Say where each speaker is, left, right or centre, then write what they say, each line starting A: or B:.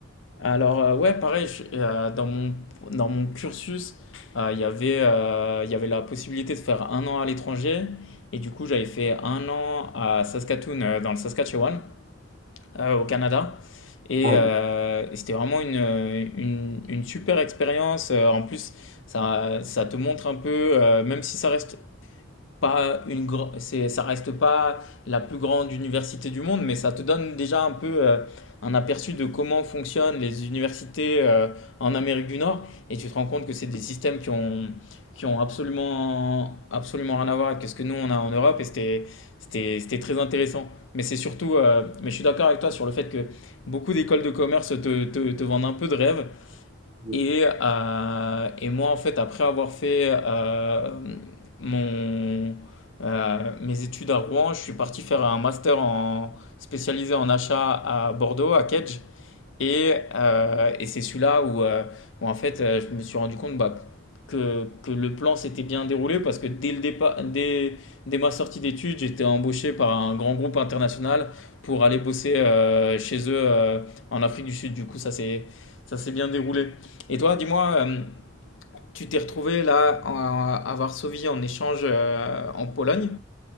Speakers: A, on the left (about 80°); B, on the right (about 45°).
A: Alors, euh, ouais, pareil, je- euh, dans mon, dans mon cursus, euh, il y avait, euh, il y avait la possibilité de faire un an à l'étranger. Et du coup, j'avais fait un an à Saskatoon, euh, dans le Saskatchewan. euh, au Canada. Et,
B: Ah,
A: euh,
B: d'accord.
A: et c'était vraiment une, une, une super expérience. Euh, En plus, ça, ça te montre un peu, euh, même si ça reste pas une gr- c'est ça reste pas la plus grande université du monde mais ça te donne déjà un peu euh, un aperçu de comment fonctionnent les universités euh, en Amérique du Nord et tu te rends compte que c'est des systèmes qui ont qui ont absolument absolument rien à voir avec ce que nous on a en Europe et c'était c'était c'était très intéressant mais c'est surtout euh, mais je suis d'accord avec toi sur le fait que beaucoup d'écoles de commerce te, te, te vendent un peu de rêve
B: Oui.
A: et, euh, et moi, en fait, après avoir fait euh, mon, euh, mes études à Rouen, je suis parti faire un master en, spécialisé en achat à Bordeaux, à Kedge. Et, euh, et c'est celui-là où, euh, où, en fait, euh, je me suis rendu compte bah, que, que le plan s'était bien déroulé parce que dès le départ, dès, dès ma sortie d'études, j'étais embauché par un grand groupe international pour aller bosser euh, chez eux euh, en Afrique du Sud. Du coup, ça s'est, ça s'est bien déroulé. Et toi, dis-moi, euh, tu t'es retrouvé là en- à Varsovie en échange euh, en Pologne.